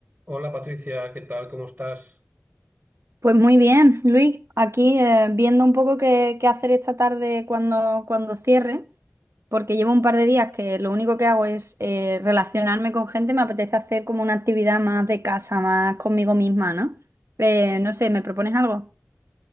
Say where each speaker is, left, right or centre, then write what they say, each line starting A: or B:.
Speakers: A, on the right (about 35°); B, on the right (about 65°).
A: Hola Patricia, ¿qué tal? ¿Cómo estás?
B: Pues muy bien, Luis, aquí eh, viendo un poco qué, qué hacer esta tarde cuando, cuando cierre, porque llevo un par de días que lo único que hago es eh, relacionarme con gente, me apetece hacer como una actividad más de casa, más conmigo misma, ¿no? Eh, no sé, ¿me propones algo?